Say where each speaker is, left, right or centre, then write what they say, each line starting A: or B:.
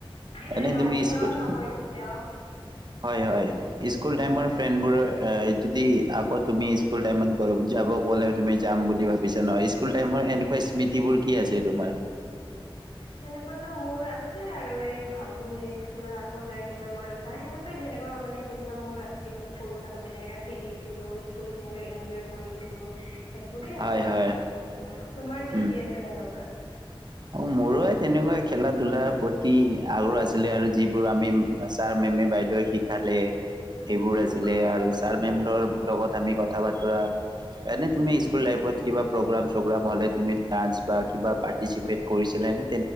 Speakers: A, on the left (about 80°); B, on the right (about 50°).
A: মে
B: এনে
A: লগ
B: তুমি
A: ধৰাও
B: স্কুল
A: নহয় কেতিয়াও
B: হয় হয় স্কুল
A: উম।
B: টাইমৰ ফ্ৰেণ্ডবোৰৰ এ যদি আকৌ তুমি স্কুল টাইমত গ যাব গ'লে তুমি যাম বুলি ভাবিছা ন স্কুল টাইমত এনেকুৱা স্মৃতিবোৰ কি আছে তোমাৰ
A: সেনেকুৱাতো মোৰ আছে আৰু এই ভাবো যে স্কুলত আকৌ যাই কিনে মই সেনেকুৱা যেনেকুৱা মানে যেনেককা মোৰ আছিল সৰু থাকোতে যেনেকা খেলিছিলো স্কুলত যেনেক এনজয় কৰিছিলো সেইবোৰেই আছে
B: হয়
A: আৰু
B: হয়
A: উ তোমাৰ
B: উম
A: কি কি আছে সেনেকুৱা
B: অ মোৰ তেনেকুৱা খেলা ধূলাৰ প্ৰতি আগ্ৰহ আছিলে আৰু যিবোৰ আমি ছাৰ মেমে বাইদেউ শিকালে সেইবোৰ
A: উম,
B: আছিলে আৰু ছাৰ মেম্বাৰৰ লগত আমি কথা বতৰা এনে তুমি
A: উম।
B: স্কুল লাইফত কিবা প্ৰগ্ৰাম চগ্ৰাম হ'লে তুমি ডান্স বা কিবা পাৰ্টিচিপেট কৰিছিলােনে